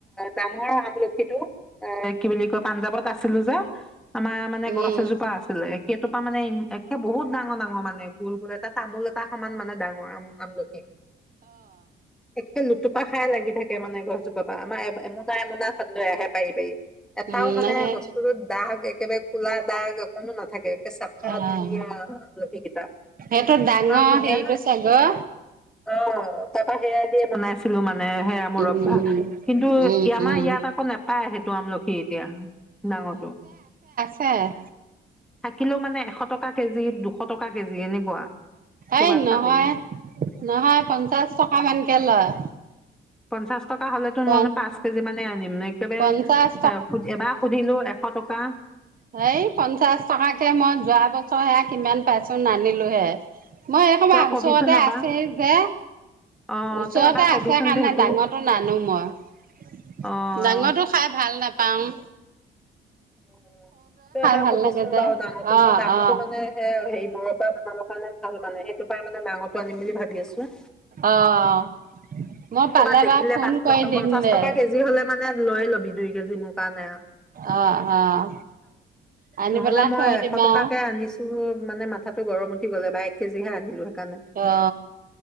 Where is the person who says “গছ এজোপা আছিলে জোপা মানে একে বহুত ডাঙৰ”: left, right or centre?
Centre